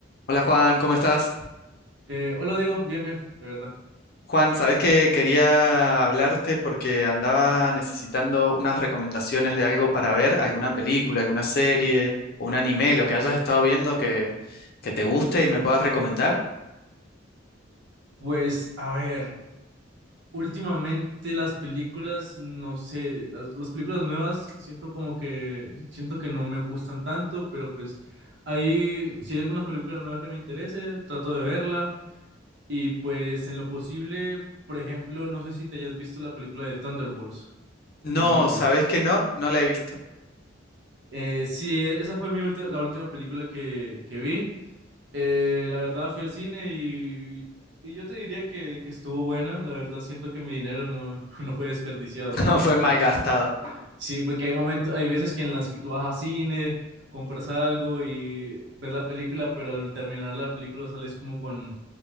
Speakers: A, on the left; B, on the right.
A: Hola Juan, ¿cómo estás?
B: Eh, hola Diego, bien, bien, de verdad.
A: Juan, sabes que quería hablarte porque andaba necesitando unas recomendaciones de algo para ver, alguna película, alguna serie o un anime, lo que hayas estado viendo que, que te guste y me puedas recomendar.
B: Pues, a ver, últimamente las películas, no sé, las, las películas nuevas, siento como que, siento que no me gustan tanto, pero pues ahí, si hay alguna película nueva que me interese, trato de verla. Y pues en lo posible, por ejemplo, no sé si te hayas visto la película de Thunderbolts
A: No,
B: de Marvel.
A: sabes que no, no la he visto.
B: Eh, sí, esa fue mi ulti- la última película que, que vi. Eh, la verdad fui al cine y, y yo te diría que, que estuvo buena. La verdad siento que mi dinero no, <laughs> no fue desperdiciado
A: <laughs>
B: porque
A: No, fue
B: pues
A: malgastado.
B: a- sí, porque hay momentos, hay veces que en las que tú vas al cine, compras algo y ves la película, pero al terminar la película sales como con,